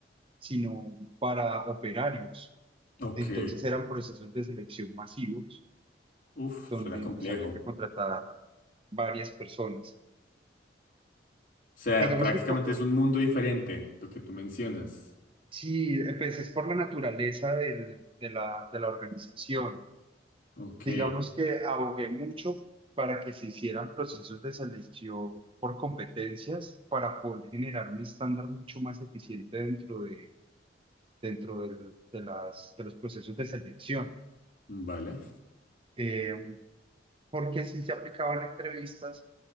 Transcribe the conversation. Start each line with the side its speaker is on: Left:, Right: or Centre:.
Right: sino para operarios.
Left: ok.
Right: Entonces eran procesos de selección masivos
Left: Uf,
Right: donde
Left: suena complejo.
Right: pues había
Left: O
Right: que contratar varias personas.
Left: sea,
Right: Digamos
Left: prácticamente
Right: que cuando,
Left: es un mundo diferente lo que tú mencionas.
Right: si pues, es por la naturaleza del- de la, de la organización,
Left: Ok,
Right: digamos que abogué mucho para que se hicieran procesos de selección por competencias para poder generar un estándar mucho más eficiente dentro de, dentro del- de, las, de los procesos de selección.
Left: vale.
Right: Eh, porque sí se aplicaban entrevistas,